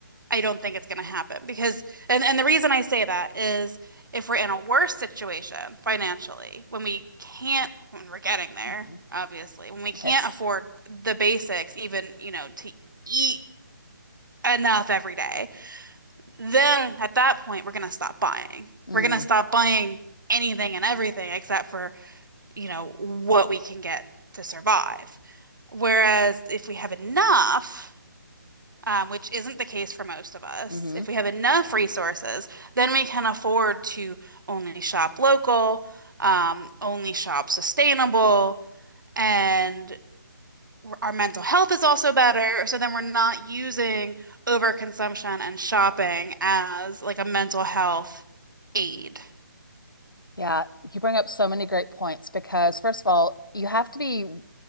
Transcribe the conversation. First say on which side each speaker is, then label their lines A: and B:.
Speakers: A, on the right; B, on the left.
A: I don't think it's going to happen because and and the reason I say that is if we're in a worse situation financially, when we can't when we're getting there,
B: hmm
A: obviously, when we can't
B: Yes.
A: afford the basics even, you know, to eat enough every day, then at that point we're going to stop buying.
B: Mm,
A: We're going to stop buying anything and everything except for you know, what we can get to survive. Whereas if we have enough, um, which isn't the case for most of us,
B: hmm
A: if we have enough resources, then we can afford to only shop local, um, only shop sustainable, and our mental health is also better. So then we're not using overconsumption and shopping as like a mental health aid.
B: Yeah, you bring up so many great points because, first of all, you have to be